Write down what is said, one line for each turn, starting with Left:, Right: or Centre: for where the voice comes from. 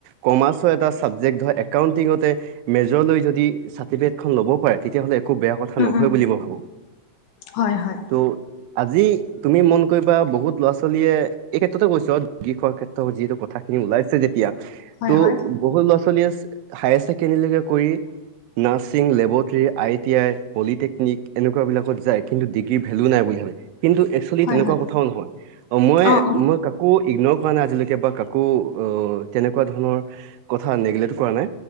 Right: কমাৰ্চৰ এটা চাবজেক্ট ধৰ একাউতিং ত এ মেজৰ লৈ লৈ যদি চাৰ্টিফিকেট খন যদি লব পাৰে তেতিয়াহলে একো বেয়া কথা
Left: উম
Right: নহয়
Left: উম
Right: বুলি মই ভাবো
Left: হয় হয়
Right: টো আজি তুমি মন কৰিবা বহুত ল'ৰা ছোৱালীয়ে এই ক্ষেত্ৰতে কৈছো ডিগ্ৰী খোৱাৰ ক্ষেত্ৰত যিহেতু কথা খিনি ওলাইছে যেতিয়া
Left: হয়
Right: ত'
Left: হয়
Right: বহুত ল'ৰা ছোৱালীয়ে হায়াৰ ছেকেণ্ডৰীলৈকে কৰি nursing laboratory I T I polytechnic এনেকুৱা বিলাকত যায় কিন্তু ডিগ্ৰী ভেলো নাই বুলি ভাবে। কিন্তু একচুৱেলি
Left: হয়
Right: তেনেকুৱা
Left: হয়
Right: কথাও নহয় মই
Left: অ অ
Right: মই কাকো ইগনৰ কৰা নাই আজিলৈকে বা কাকো অ তেনেকুৱা ধৰণৰ কথা নেগলেক্ট কৰা নাই।